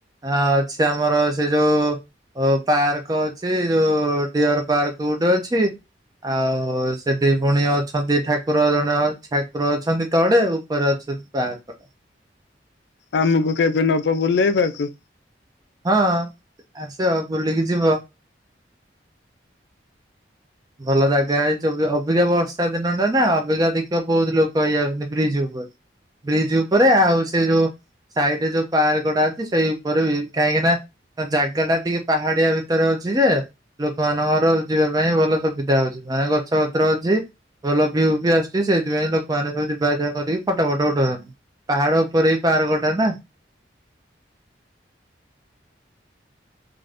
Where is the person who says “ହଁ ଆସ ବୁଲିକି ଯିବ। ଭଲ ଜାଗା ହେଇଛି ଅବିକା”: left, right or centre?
Right